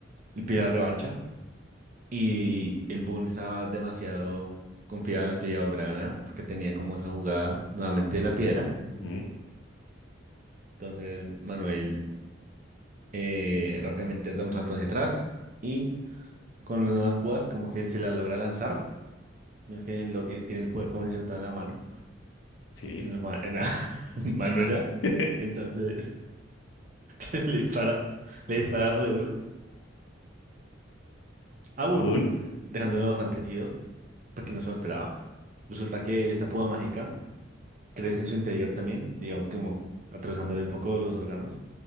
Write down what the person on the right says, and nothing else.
el Pilar revancha y el Boone estaba demasiado confiado en que iba a volver a ganar porque tenía como esa jugada nuevamente de la piedra.
Entonces Manuel eh, rápidamente da un salto hacia atrás y con las nuevas púas como que se la logra lanzar, no es que lo tiene, tiene el poder convencional en la mano,
en la, ma- en la <laughs> Manuela.
Entonces <laughs> le dispara, le dispara re duro Aún,
dejándolo bastante herido, porque no se lo esperaba, resulta que esta púa mágica crece en su interior también, digamos que como atravesándole un poco los órganos.